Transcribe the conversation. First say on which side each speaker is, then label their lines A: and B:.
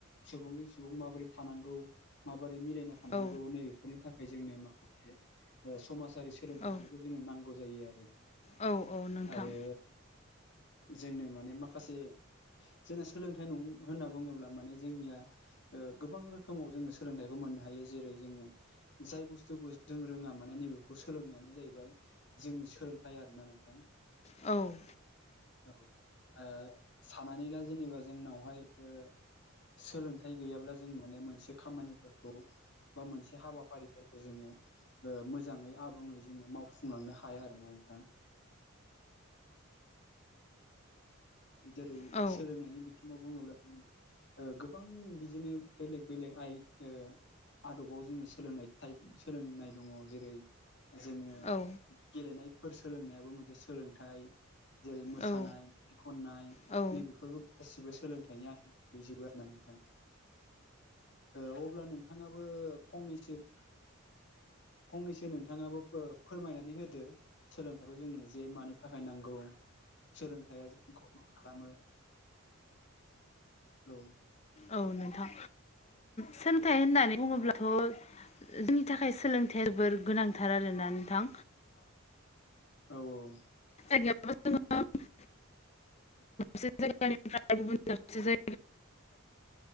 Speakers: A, on the left; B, on the left.
A: सुबुंजों सुबुं माबोरै थानांगौ माबोरै मिलायना थानांगौ
B: औ
A: नैबेफोरनि थाखाय जोंनो माखासे समाजारि सोलोंथाइफोरखौ
B: औ
A: जोंनो नांगौ जायो आरो
B: औ औ नोंथां
A: आरो जोंनो माने माखासे जोंना सोलोंथाइ नं होनना बुङोब्ला माने जोंनिया गोबां रोखोमाव जोङो सोलोंथाइखौ मोननो हायो जेरै जोङो जाय बुस्थुखौ जों रोङा माने नैबेखौ सोलोंनायानो जाहैबाय जोंनि सोलोंथाइ आरोना नोंथां
B: औ
A: औ ओ साननानै ला जेनेबा जोंनावहाय ओ सोलोंथाइ गैयाब्ला जों माने मोनसे खामानिफोरखौ बा मोनसे हाबाफारिफोरखौ जोङो ओ मोजाङै आबुङै जोङो मावफुंलांनो हाया आरोना नोंथां जेरै
B: औ
A: सोलोंनायनि बिथिङाव बुङोब्ला गोबां बिदिनो बेलेग बेलेग आइ आदबाव जोङो सोलोंनाय था सोलोंनाय दङ जेरै जोङो
B: औ
A: गेलेनायफोर सोलोंनायाबो मोनसे सोलोंथाइ जेरै मोसानाय
B: औ
A: मेाइ खननाय
B: औ
A: बेफोरबो गासिबो सोलोंथाइनि आयजोबो आरो ना नोंथां अब्ला नोंथाङाबो फंनैसो फंनैसो नोंथाङाबो फोरमायनानै होदो सोलोंथाइखौ जोंनो जे मानो थाखाय नांगौ सोलोंथाइया जोंखौ खालामो औ
B: औ नोंथां सोलोंथाइ होननानै बुङोब्लाथ' जोंनि थाखाय सोलोंथाइ जोबोर गोनांथार आरोना नोंथां
A: औ औ
B: <unintelligible>
A: <inaudible>
B: से जायगानिफ्राय गुबुन साबसे